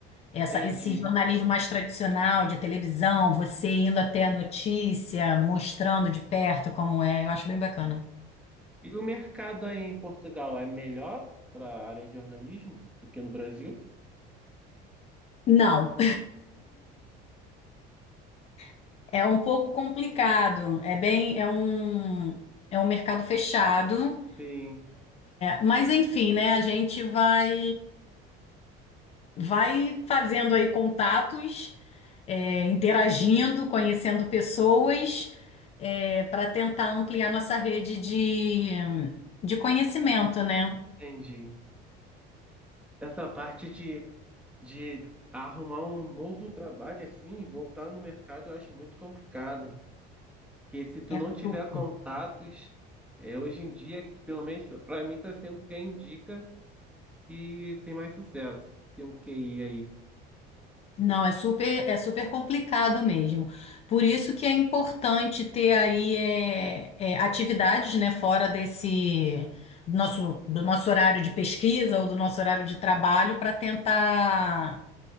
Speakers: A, on the left; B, in the centre.
A: essa,
B: Entendi.
A: esse jornalismo mais tradicional de televisão, você indo até a notícia, mostrando de perto como é, eu acho bem bacana.
B: E o mercado aí em Portugal é melhor para a área de jornalismo do que no Brasil?
A: Não, <laughs> é um pouco complicado, é bem, é um, é um mercado fechado.
B: Sim.
A: Mas enfim, né? A gente vai vai fazendo aí contatos, é, interagindo, conhecendo pessoas, para tentar ampliar nossa rede de, de conhecimento, né?
B: Entendi. Essa parte de, de arrumar um novo trabalho assim, e voltar no mercado, eu acho muito complicado. Porque se tu
A: É
B: não tiver
A: super.
B: contatos, é, hoje em dia, pelo menos para mim, tá sendo quem indica que tem mais sucesso. Tem um QI aí.
A: Não, é super, é super complicado mesmo. Por isso que é importante ter aí é, é, atividades, né, fora desse nosso, do nosso horário de pesquisa ou do nosso horário de trabalho para tentar